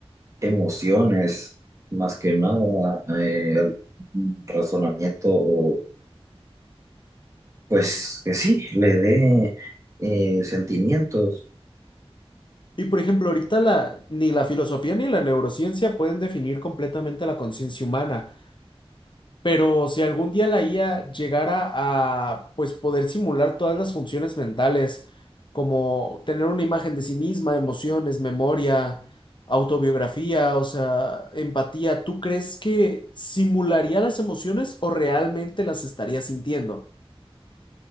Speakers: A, on the right (about 30°); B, on the left (about 50°).
A: emociones, más que nada, eh, al- un razonamiento, o, pues que sí, le dé eh, sentimientos.
B: Y por ejemplo, ahorita la, ni la filosofía ni la neurociencia pueden definir completamente la conciencia humana. Pero si algún día la IA llegara a pues poder simular todas las funciones mentales, como tener una imagen de sí misma, emociones, memoria, autobiografía, o sea, empatía, ¿tú crees que simularía las emociones o realmente las estaría sintiendo?